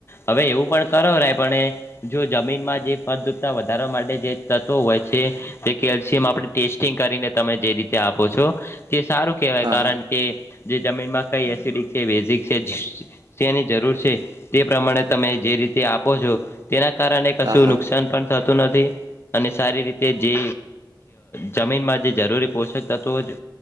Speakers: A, on the left; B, on the right.
A: હવે એવું પણ કરો ર પણ એ જો જમીનમાં જે ફળદ્રપતા વધાર વા માટે તત્વ હોય છે જે કેલ્શિયમ આપણે ટેસ્ટિંગ કરીને તમે જે રીતે આપો છો તે સારું કહેવાય
B: હા
A: કારણ
B: હા હા
A: કે જે જમીનમાં કઈ એસિડિક છે વેઝિક છે ની જરૂર છે તે પ્રમાણે તમે જે રીતે આપો છો તેના કારણે કશું
B: હા હા
A: નુકસાન પણ થતું નથી અને સારી રીતે જે જમીનમાં જે જરૂરી પોષક તત્વ જ